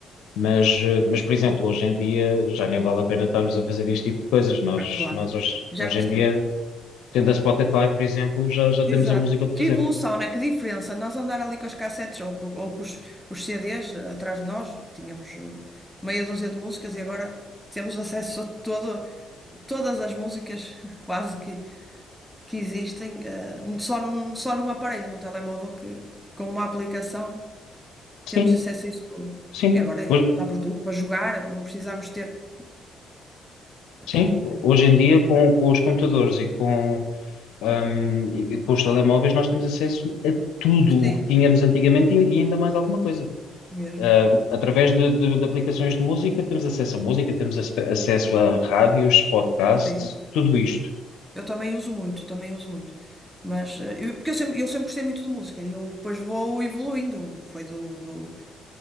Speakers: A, on the left; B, in the centre.
A: Mas, eh, mas, por exemplo, hoje em dia já nem vale a pena estarmos a fazer este tipo de coisas. Nós,
B: Claro.
A: nós hoje,
B: Já
A: hoje
B: viste
A: em dia, tendo a Spotify, por exemplo, já, já
B: Exato.
A: temos a música onde
B: Que
A: quisermos.
B: evolução, né? Que diferença. Nós andar ali com as cassetes ou, co- ou com os, os CDs atrás de nós, tínhamos uh, meia dúzia de músicas e agora temos acesso a todo, todas as músicas <laughs> quase que, que existem, uh, só num, só num aparelho, num telemóvel, que com uma aplicação temos
A: Sim,
B: acesso a isso tudo.
A: sim.
B: E agora
A: Hoje,
B: é, dá para tudo, para jogar, não precisamos ter uh,
A: sim,
B: quem.
A: hoje em dia, com, com os computadores e com, ahm, e com os telemóveis, nós temos acesso a tudo
B: Sim,
A: o que tínhamos antigamente e, e ainda mais alguma coisa.
B: mesmo.
A: Uh, através de, de- de aplicações de música, temos acesso a música, temos ace- acesso a rádios, podcasts,
B: Sim.
A: tudo isto.
B: Eu também uso muito, também uso muito. Mas, eh, eu, porque eu sempre, eu sempre gostei muito de música e eu depois vou evoluindo. Foi do, do